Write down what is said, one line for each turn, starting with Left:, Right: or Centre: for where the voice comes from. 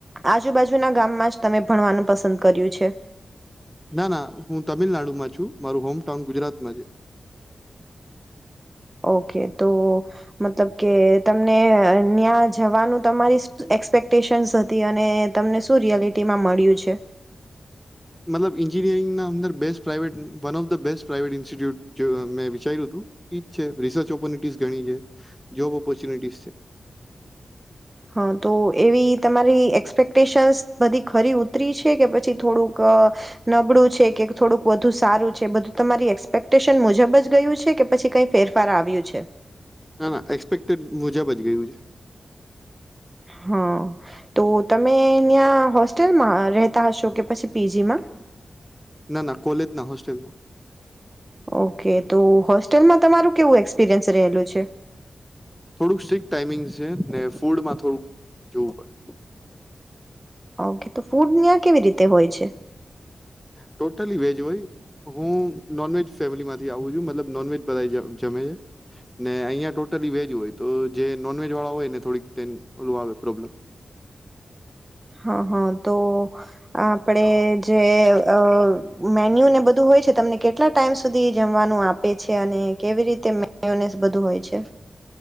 Right: આજુબાજુના ગામમાં જ તમે ભણવાનું પસંદ કર્યું છે?
Centre: ના-ના હું તમિલનાડુમાં છું, મારું હોમ ટાઉન ગુજરાતમાં છે.
Right: ઓકે તો મતલબ કે તમને ન્યાં જવાનું તમારી સ એક્સપેક્ટેશન હતી અને તમને શું રિયાલી તેમાં મળ્યું છે?
Centre: મતલબ ઇન્જિનિયરિંગના અંદર best private one of the best private institute મેં વિચાર્યું તું, ઈ જ છે. રિસર્ચ ઓપોરનિટીઝ ઘણી છે, જોબ ઓપોર્ચ્યુનિટીઝ છે.
Right: હા તો એવી તમારી એક્સપેક્ટેશનસ બધી ખરી ઉ તરી છે કે પછી થોડુંક અહ નબળું છે કે થોડુંક વધુ સારું છે, બધું તમારી એક્પેક્ટેશન મુજબ જ ગયું છે કે પછી કાઈ ફેરફાર આવ્યું છે?
Centre: ના, ના એક્સપેક્ટડ મુજબ જ ગયું છે.
Right: હા તો તમે ન્યાં હોસ્ટેલમાં રહેતા હશો કે પછી પીજીમાં?
Centre: ના, ના કોલેજ ના હોસ્ટેલમાં.
Right: ઓકે તો હોસ્ટેલમાં તમારું કેવું એક્સપિરિયન્સ રહેલું છે?
Centre: થોડુંક સ્ટ્રિક ટાઈમિંગ છે, ને ફૂડમાં થોડુંક જોવું પડે.
Right: ઓકે. તો ફૂડ ન્યાં કેવી રીતે હોય છે?
Centre: ટોટલી વેજ હોય, હું નોનવેજ ફેમિલી માંથી આવું છું. મતલબ નોનવેજ બધાય જ જમે, ને અહીંયા ટોટલી વેજ હોય તો જે નોનવેજ વાળા હોય એને થોડીક ટેન ઓલું આવે પ્રોબ્લેમ.
Right: હા, હા. તો આપડે જે અહ મેન્યુ ને બધું હોય છે, તમને કેટલા ટાઈમ સુધી જમવાનું આપ પે છે અને કેવી રીતે <unintelligible> બધું હોય છે.